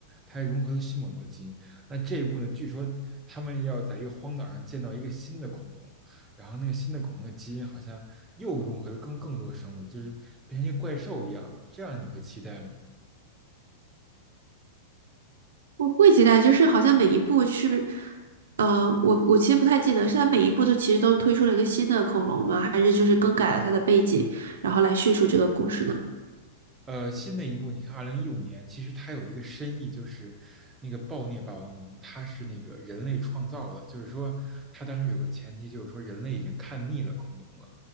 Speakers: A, on the right; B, on the right.
A: 它还融合了迅猛龙的基因。那这一部呢，据说他们要在一个荒岛上建造一个新的恐龙。然后那个新的恐龙的基因好像又融合了更更多生物，就是变成一个怪兽一样了。这样你会期待吗？
B: 我会期待，就是好像每一部是不是，呃，我我其实不太记得，是它每一部都其实都推出了一个新的恐龙吗？还是就是更改了它的背景，然后来叙述这个故事呢？
A: 呃，新的一部，你看二零一五年，其实它有一个深意，就是那个暴虐霸王龙，它是那个人类创造的，就是说它当时有个前提，就是说人类已经看腻了恐龙了。